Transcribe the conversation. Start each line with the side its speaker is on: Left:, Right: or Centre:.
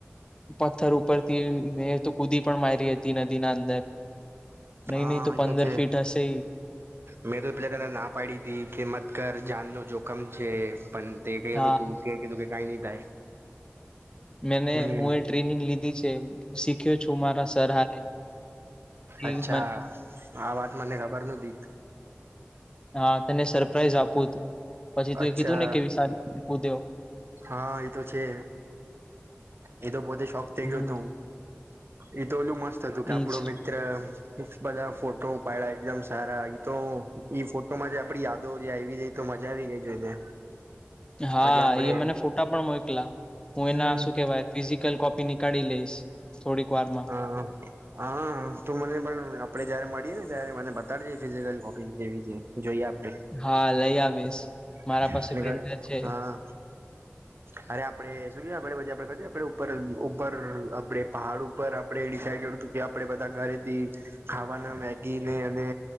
Left: પથ્થર ઉપરથી મેં તો કૂદી પણ માયરી હતી નદીના અંદર નહી
Right: હા
Left: નહી
Right: ઈ
Left: પંદર
Right: તો છે,
Left: ફીટ હશે ઈ
Right: મેં તે પેલે પેલા લા પડીતી કે મત કર જાનનો જોખમ છે, પણ તે કયરુ
Left: હા
Right: તુ કે તે કીધું કે કાંઈ ની થાય
Left: મેને
Right: હમ
Left: હું એ ટ્રેનિંગ લીધી છે. શીખ્યો છું મારા સર હારે
Right: અચ્છા.
Left: ઈ મને
Right: આ વાત મને ખબર નતી
Left: હા તને સરપ્રાઈઝ આપવુતુ, પછી તું
Right: અચ્છા
Left: એ કીધું ને કે વિસાલ કૂદ્યો.
Right: હા ઈ તો છે. એ તો પોતે શોક થઇ
Left: હમ
Right: ગ્યો તો હું એ તો ઓલું મસ્ત હતું કે આપડો
Left: એજ
Right: મિત્ર પુફ બધા ફોટો પાયડા એકદમ સારા ઈ તો ઈ ફોટો માં જે આપડી યાદો જે આયવી એ તો મજા આવી ગઈ જોઈને
Left: હા
Right: પછી આપડે
Left: ઈએ મને ફોટા પણ મોયકલા હું
Right: હમ
Left: એના શું કેવાય ફિઝિકલ કોપી નીકાળી લઈશ થોડીક વારમાં
Right: હા હા તું મને પણ આપડે જયારે મળીએ ને ત્યારે મને બતાડજે ફિઝિકલ કોપી જેવી છે જોઈએ આપડે.
Left: હા લઈ આવીશ.
Right: <unintelligible>
Left: મારા પાસે પ્રિન્ટર છે
Right: હા હારે આપડે શું કે આપડે મજા આપે પછી ઉપર ઉપર આપડે પહાડ ઉપર આપ આપડે ડિસાઇડ કર્યુ તુ કે આપડે બધા ઘરેથી ખાવાના મેગીને અને